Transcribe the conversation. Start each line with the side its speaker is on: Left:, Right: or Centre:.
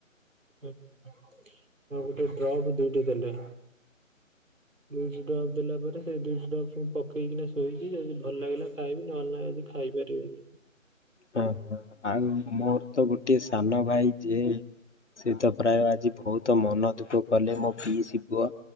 Right: ମୋର ଗୋଟେ ଡ୍ରଫ୍ ଦଉ ଦେଇ ଦେଲେ। ଦୁଇଟି ଡ୍ରପ୍ ଦେଲା ପରେ ସେ ଦୁଇଟି ଡ୍ରପ୍ ସେମ ପକେଇକିନା ଶୋଇଚି। ଯଦି ଭଲ ଲାଗିଲା ଖାଇବି ନହେଲେ ନାଇଁ ଆଜି ଖା ଖାଇ ପାରିବିନି।
Left: ହଁ ହଁ ଆଉ ମୋର ତ ଗୋଟେ ସାନ ଭାଇ ଯିଏ ସେ ତ ପ୍ରାୟ ଆଜି ବହୁତ ମନ ଦୁଃଖ କଲେ। ମୋ ପିଇସି ପୁଅ